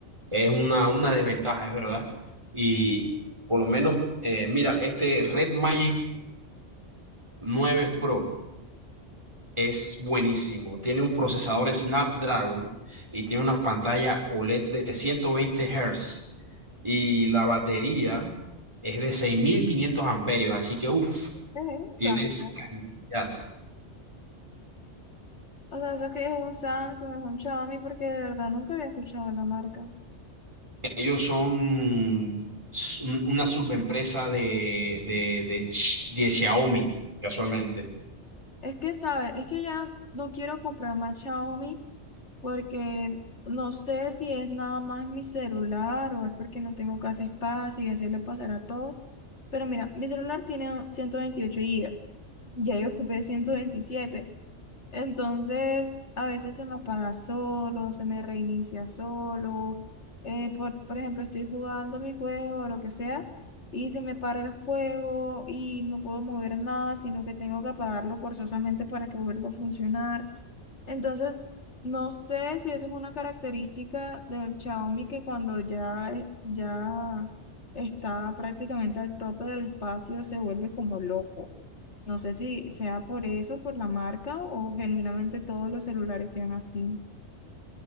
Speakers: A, on the right (about 25°); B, on the left (about 70°).
A: Es una, una desventaja, es verdad. Y por lo menos, eh, mira, este Red Magic 9 Pro es buenísimo. Tiene un procesador Snapdragon y tiene una pantalla OLED de 120 Hz y la batería es de 6500 amperios, así que uff,
B: Es un
A: tienes
B: Samsung.
A: cantidad.
B: O sea, eso que es un Samsung, es un Xiaomi, porque de verdad nunca había escuchado la marca.
A: Ellos son s- un- una subempresa de, de, de, Ch- de Xiaomi, casualmente.
B: Es que, ¿sabes? Es que ya no quiero comprar más Xiaomi porque no sé si es nada más mi celular o es porque no tengo casi espacio y así le pasará a todo. Pero mira, mi celular tiene 128 gigas. Ya yo ocupé ciento veintisiete entonces, a veces se me apaga solo, se me reinicia solo. Eh, por, por ejemplo, estoy jugando mi juego o lo que sea y se me para el juego y no puedo mover nada, sino que tengo que apagarlo forzosamente para que vuelva a funcionar. Entonces, no sé si eso es una característica del Xiaomi que cuando ya, eh, ya está prácticamente al tope del espacio se vuelve como loco. No sé si sea por eso, por la marca o genuinamente todos los celulares sean así.